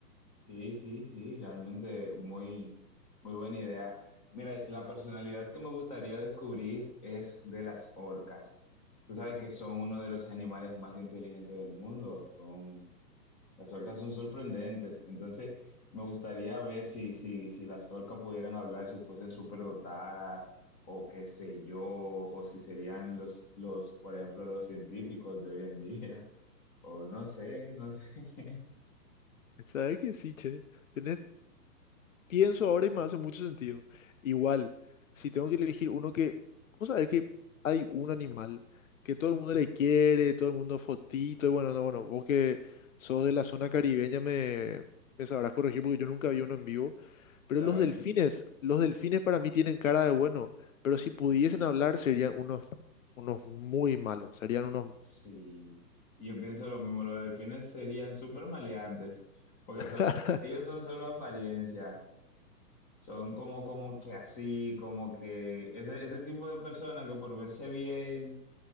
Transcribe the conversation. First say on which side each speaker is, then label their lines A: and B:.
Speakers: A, on the left; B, on the left.
A: Sí, sí, sí, realmente muy, muy buena idea. Mira, la personalidad que me gustaría descubrir es de las orcas. Tú sabes que son uno de los animales más inteligentes del mundo. Son, las orcas son sorprendentes. Entonces, me gustaría ver si, si, si las orcas pudieran hablar, si fuesen superdotadas, o qué sé yo, o si serían los, los, por ejemplo, los científicos de hoy en día. <laughs> O no sé, no sé. <laughs>
B: ¿Sabes qué? Sí, che. Tenés, pienso ahora y me hace mucho sentido. Igual, si tengo que elegir uno que, vos sabés que hay un animal que todo el mundo le quiere, todo el mundo fotito, y bueno, no, bueno, vos que sos de la zona caribeña me, me sabrás corregir porque yo nunca vi uno en vivo, pero
A: Está
B: los
A: bien.
B: delfines, los delfines para mí tienen cara de bueno, pero si pudiesen hablar serían unos, unos muy malos, serían unos...
A: Sí, yo pienso lo mismo, los delfines serían súper maleantes, porque
B: <laughs>
A: son, e, ellos son solo apariencia, son como, como que así, como que ese, ese tipo de persona que por verse bien,